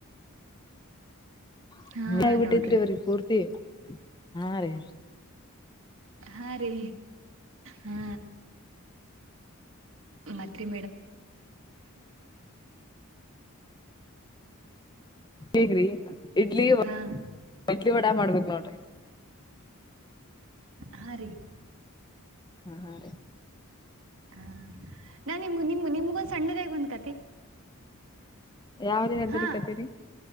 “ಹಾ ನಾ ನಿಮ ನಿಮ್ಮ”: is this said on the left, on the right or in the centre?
Right